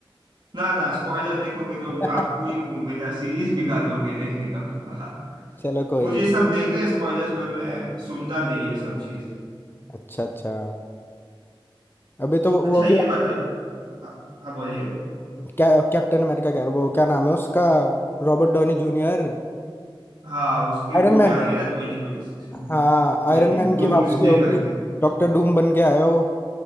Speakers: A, on the right; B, on the left.
A: ना ना स्पॉइलर देखोगे तो
B: <laughs>
A: आप पूरी मेरा सीरीज बिगाड़ दोगे देखने का
B: चलो
A: <laughs>
B: कोई
A: मुझे
B: नहीं
A: सब देते हैं स्पॉयलर्स पर मैं सुनता नहीं ये सब चीज
B: अच्छा अच्छा अभी तो वो,
A: अच्छा
B: वो
A: ये
B: भी
A: बताइए हाँ हाँ, बोलिए
B: क्या कैप्टन अमेरिका कह रहा वो क्या नाम है उसका Robert Downey junior
A: हाँ उसकी
B: Iron
A: मूवी
B: Man
A: आ रही है ना ट्वेंटी ट्वेंटी सिक्स में
B: हाँ
A: ट्वेंटी
B: आयरन मैन की
A: डूम्सडे
B: वापसी होगी
A: करके
B: डॉक्टर डूम बन के आएगा वो